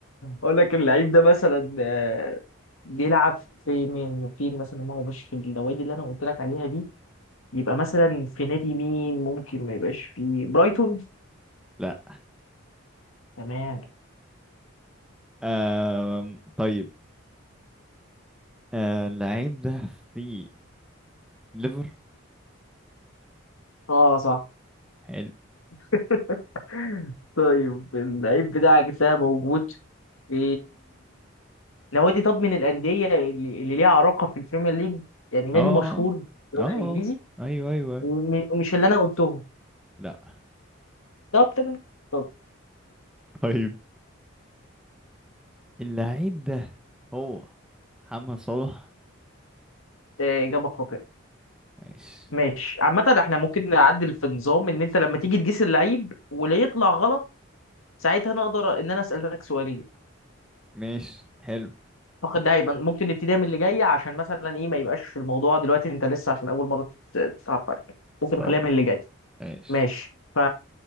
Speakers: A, on the left; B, in the centre.
A: اقول لك اللعيب ده مثلا آه، بيلعب في مين في مثلا ما هو مش في النوادي اللي انا قلت لك عليها دي يبقى مثلا في نادي مين ممكن ما يبقاش في برايتون
B: لا
A: تمام
B: آم... طيب آه... اللعيب ده في ليفر
A: اه صح
B: حلو
A: <laughs> طيب اللعيب بتاعك ده موجود في نوادي طب من الأندية اللي, اللي ليها علاقة في البريمير ليج يعني نادي
B: اه
A: مشهور في الدوري
B: اه
A: الإنجليزي
B: ايوه ايوه أيوه.
A: وم- ومش اللي أنا قلتهم
B: لا
A: طب تمام طب
B: طيب اللعيب ده هو محمد صلاح
A: آه، إجابة خاطئة
B: ماشي
A: ماشي عامة احنا ممكن نعدل في النظام إن أنت لما تيجي تقيس اللعيب ولو يطلع غلط ساعتها نقدر إن أنا أسألك سؤالين
B: ماشي حلو
A: فقط ده هيبقى ممكن نبتديها من اللي جاية عشان مثلا إيه ما يبقاش الموضوع دلوقتي أنت لسه عشان أول مرة تت- تتعرف عليك ممكن
B: طيب
A: نخليها من اللي جاي
B: ماشي
A: ماشي ف